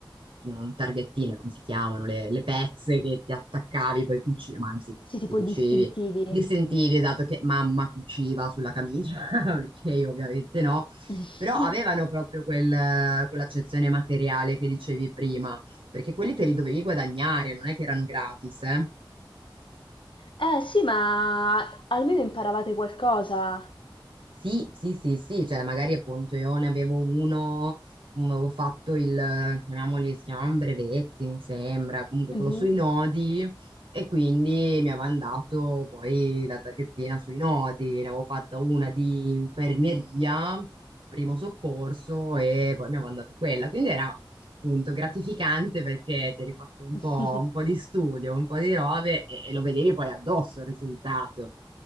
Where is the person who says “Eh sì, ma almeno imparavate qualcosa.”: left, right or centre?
Left